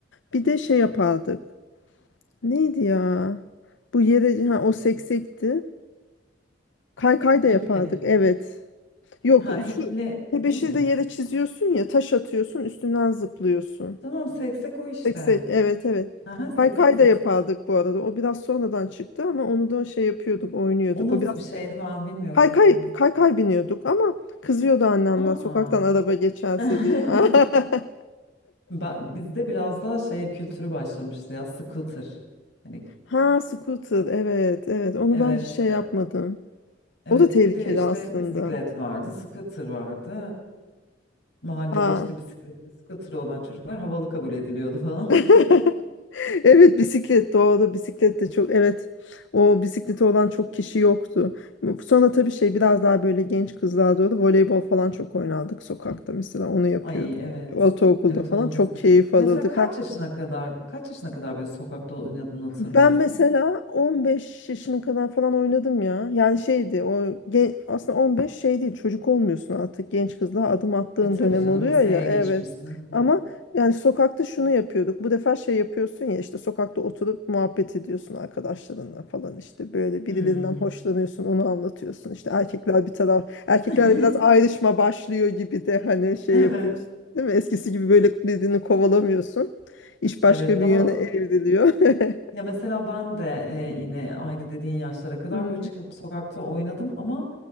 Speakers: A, on the left; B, on the left.
A: Bir de şey yapardık. Neydi ya? Bu yere ha, o seksekti. Kaykay da
B: İple
A: yapardık.
B: mi?
A: Evet. Yok
B: Ha iple
A: şu tebeşiri
B: değil mi? Ha.
A: de yere çiziyorsun ya taş atıyorsun üstünden zıplıyorsun.
B: Tamam seksek o işte.
A: Seksek, evet evet.
B: Aha seksek
A: Kaykay
B: seksek.
A: da yapardık bu arada. O biraz sonradan çıktı ama onu da şey yapıyorduk, oynuyorduk.
B: O nasıl
A: O biraz
B: bir şeydi ben bilmiyorum
A: kaykay
B: onu.
A: kaykay biniyorduk ama kızıyordu annemden
B: Aa.
A: sokaktan araba geçerse
B: <laughs>
A: diye. <laughs>
B: Ben, bizde biraz daha şey kültürü başlamıştı ya scooter. Hani
A: Ha, scooter. Evet, evet. Onu
B: evet
A: ben hiç şey yapmadım.
B: e, evet
A: O da tehlikeli
B: bir de işte
A: aslında.
B: bisiklet vardı, scooter vardı. Ee, mahallede
A: Ha.
B: işte bisikleti, scooter olan çocuklar havalı kabul ediliyordu falan.
A: <laughs>
B: <laughs>
A: Evet bisiklet doğru bisiklet de çok evet o bisikleti olan çok kişi yoktu. Sonra tabii şey biraz daha böyle genç kızlar doğru voleybol falan çok oynardık sokakta mesela onu yapıyorduk.
B: Ay evet.
A: Ortaokulda
B: Evet
A: falan
B: onu
A: çok
B: bizde.
A: keyif
B: Mesela
A: alırdık.
B: kaç yaşına kadar kaç yaşına kadar böyle sokakta oynadığını hatırlıyorsun?
A: Ben mesela 15 yaşına kadar falan oynadım ya. Yani şeydi o gen- aslında 15 şey değil çocuk olmuyorsun artık genç kızla adım attığın
B: E tabii
A: dönem
B: canım
A: oluyor
B: liseye
A: ya evet.
B: geçmişsin. Hı
A: Ama
B: hı.
A: yani sokakta şunu yapıyorduk. Bu defa şey yapıyorsun ya işte sokakta oturup muhabbet ediyorsun arkadaşlarınla falan işte böyle birilerinden
B: Hmm.
A: hoşlanıyorsun onu anlatıyorsun. İşte erkekler bir taraf erkeklerle
B: <laughs>
A: biraz ayrışma başlıyor gibi de hani şey
B: Evet.
A: yapıyorsun. Değil mi? Eskisi gibi böyle birbirini kovalamıyorsun. İş başka
B: Evet daha
A: bir yöne evriliyor. <laughs>
B: Ya mesela ben de e, yine aynı dediğin yaşlara kadar
A: Hı
B: böyle çıkıp sokakta oynadım ama